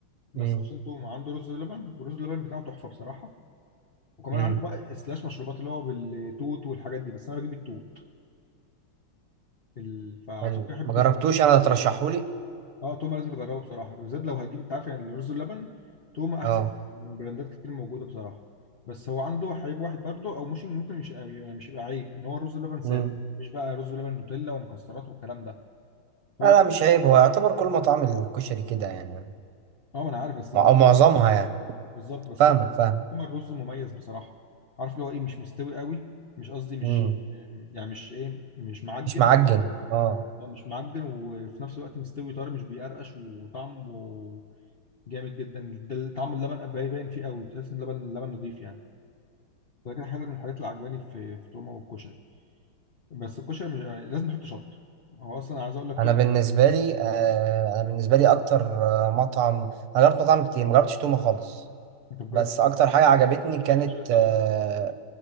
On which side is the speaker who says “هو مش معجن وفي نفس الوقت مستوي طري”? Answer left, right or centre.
Left